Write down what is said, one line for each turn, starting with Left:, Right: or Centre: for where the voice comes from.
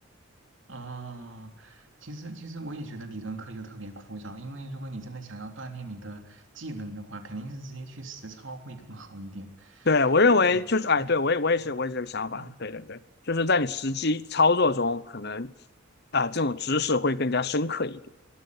Right: 啊，其实其实我也觉得理论课就特别枯燥，因为如果你真的想要锻炼你的技能的话，肯定是直接去实操会更好一点，
Left: 对，我认为就是，
Right: 因为你，
Left: 哎，
Right: 对呀，
Left: 对，我也我也是我也是这个想法，
Right: 嗯嗯。
Left: 对对对，就是在你实际操作中，可能啊、这种知识会更加深刻一点。